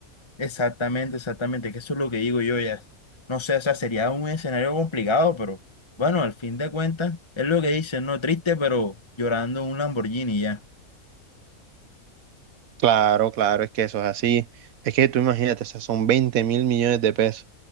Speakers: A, on the left; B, on the right.
A: Exactamente, exactamente, que eso es lo que digo yo ya. No sé, o sea, sería un escenario complicado, pero bueno, al fin de cuentas, es lo que dicen, no triste, pero llorando en un Lamborghini ya.
B: Claro, claro, es que eso es así. Es que tú imagínate, o sea, son 20 mil millones de pesos.